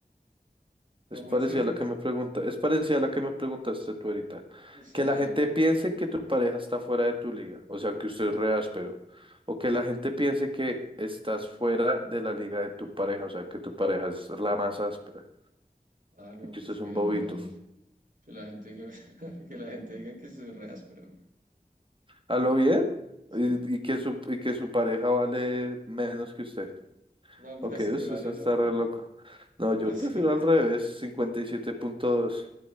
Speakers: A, on the right (about 55°); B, on the right (about 30°).
A: ¿Cómo
B: Es parecida
A: es eso?
B: a la que me pregunta, es parecida a la que me preguntaste tú ahorita.
A: O sea,
B: Que la gente piense que tu pareja está fuera de tu liga, o sea, que usted es re áspero. O que la gente piense que estás fuera de la liga de tu pareja, o sea, que tu pareja es la más áspera
A: ah, no,
B: y que
A: pues
B: usted es
A: que
B: un bobito.
A: la, gen- que la gente diga, <laughs> que la gente diga que soy re áspero, güey.
B: ¿A lo bien?
A: Sí. Sí.
B: Y, y que su, y que su pareja vale menos que usted.
A: No, pues
B: Ok,
A: que
B: usted
A: vale,
B: está, está
A: no, pero,
B: re loco. No,
A: pero
B: yo
A: sí,
B: prefiero al revés, 57.2.